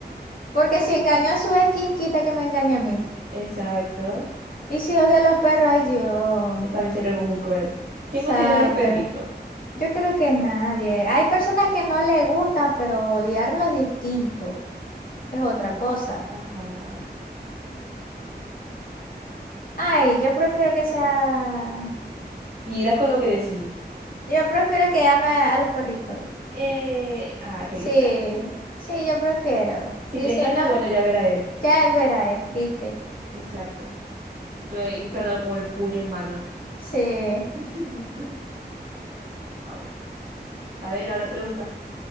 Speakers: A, on the left; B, on the right.
A: Porque si engañó a su ex, ¿quién quita que me engañe a mí?
B: <laughs> Exacto.
A: Y si odio a los perros, ay Dios.
B: eh, También sería algo muy cruel. ¿Quién
A: Exacto.
B: odiaría a los perritos?
A: Yo creo que nadie. Hay personas que no le gustan, pero odiarlo es distinto. Es otra cosa.
B: Ajá.
A: Ay, yo prefiero que sea.
B: Mira con lo que decís.
A: Yo prefiero que ame a los perritos.
B: Eh, ah, qué
A: Sí,
B: linda.
A: sí, yo prefiero.
B: Si
A: Y
B: te engaña,
A: si no,
B: bueno, ya verá él.
A: ya él verá, el triste.
B: Exacto. Estuve ahí esperándolo con el puño en mano.
A: Sí.
B: <laughs> Au. A ver, ahora pregunta.